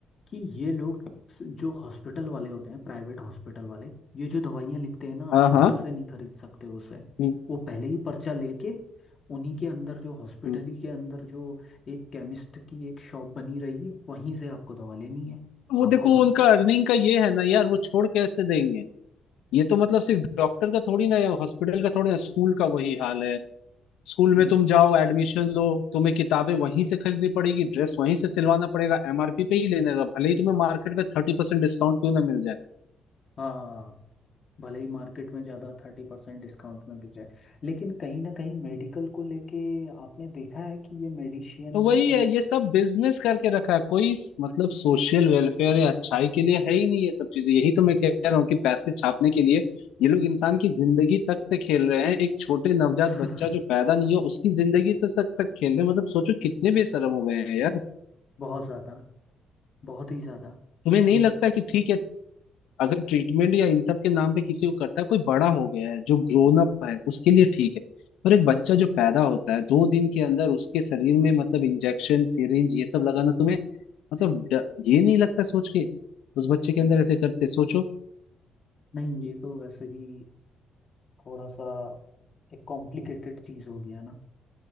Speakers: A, on the left; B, on the left.
A: कि ये लोग स- जो हॉस्पिटल वाले होते हैं प्राइवेट हॉस्पिटल वाले ये जो दवाइयाँ लिखते हैं ना
B: हाँ
A: आप बाहर
B: हाँ
A: से नहीं खरीद सकते उसे
B: हम्म
A: वो पहले ही पर्चा लेके उन्हीं के अंदर जो हॉस्पिटल
B: हम्म
A: ही के अंदर जो एक केमिस्ट की एक शॉप बनी रहेगी वहीं से आपको दवा लेनी है
B: वो
A: आपको
B: देखो
A: बा
B: उनका अर्निंग का ये है ना यार वो छोड़ कैसे देंगे ये तो मतलब सिर्फ डॉक्टर का थोड़ी ना या हॉस्पिटल का थोड़ी ना स्कूल का वही हाल है स्कूल
A: हम्म
B: में तुम जाओ एडमिशन लो तुम्हें किताबें वहीं से खरीदनी पड़ेगी ड्रेस वहीं से सिलवाना पड़ेगा एमआरपी पे ही लेने का भले ही तुम्हें मार्केट में थर्टी परसेंट डिस्काउंट क्यों ना मिल जाए
A: हाँ भले ही मार्केट में ज़्यादा थर्टी परसेंट डिस्काउंट में बिक जाए लेकिन कहीं ना कहीं मेडिकल को लेके आपने देखा है कि ये मेडिशियन
B: तो वही
A: जो
B: है ये सब बिजनेस करके रखा है कोई स- मतलब सोशल वेलफेयर या अच्छाई के लिए है ही नहीं ये सब चीजें यही तो मैं कह रहा हूँ कि पैसे छापने के लिए ये लोग इंसान की जिंदगी तक से खेल रहे हैं एक छोटे नवजात
A: <laughs>
B: बच्चा जो पैदा नहीं हुआ उसकी जिंदगी तक तक खेल रहे हैं मतलब सोचो कितने बेशरम हो गए हैं यार
A: बहुत ज़्यादा बहुत ही ज़्यादा
B: तुम्हें नहीं
A: ये
B: लगता
A: तो
B: कि ठीक है अगर ट्रीटमेंट या इन सब के नाम पे किसी को करता है कोई बड़ा हो गया है जो ग्रोन अप है उसके लिए ठीक है पर एक
A: हाँ
B: बच्चा जो पैदा होता है दो दिन के अंदर उसके शरीर में मतलब इंजेक्शन सिरिंज ये सब लगाना तुम्हें मतलब ड- ये नहीं लगता सोच के उस बच्चे के अंदर ऐसे करते सोचो
A: नहीं ये तो वैसे भी थोड़ा सा एक कॉम्प्लिकेटेड चीज़ हो गया ना